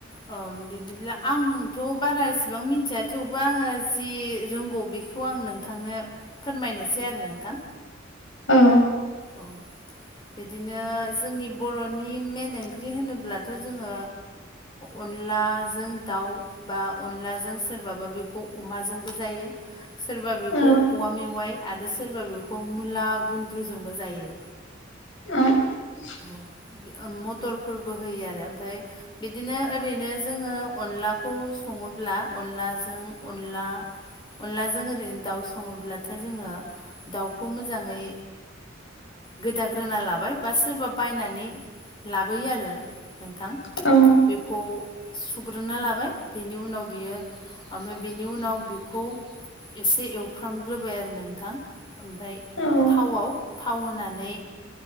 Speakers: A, on the left (about 25°); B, on the left (about 80°).
A: अ बिदिब्ला आंथ' बारा इसेबां मिथिया थेवबो आङो जि रोंगौ बेखौ खौ आं नोंथांनो फोरमायनोसै आरो नोंथां
B: औ
A: औ बिदिनो जोंनि बर'नि मेन ओंख्रि होनोब्लाथ' जोङो अनला जों दाउ बा अनलाजों सोरबाबा बेखौ अमाजोंबो जायो सोरबा बेखौ
B: औ
A: औवा मेवाइ आरो सोरबा बेखौ मुला गुन्द्रुजोंबो जायो
B: <unintelligible>
A: औ मटरफोरबो होयो आरो ओमफाय बिदिनो ओरैनो जोङो अनलाखौ सङोब्ला अनलाजों अनला अनलाजों ओरैनो दाउ सङोब्लाथाय जोङो दाउखौ मोजाङै गोदाग्रोना लाबाय बास सोरबा बायनानै लाबोयो आरो नोंथां
B: औ
A: बेखौ सुग्रोना लाबाय बिनि उनाव बियो ओमफ्राय बेनि उनाव बिखौ एसे एवफ्रामग्रोबाय आरो नोंथां ओमफाय
B: औ
A: थावाव थाव होनानै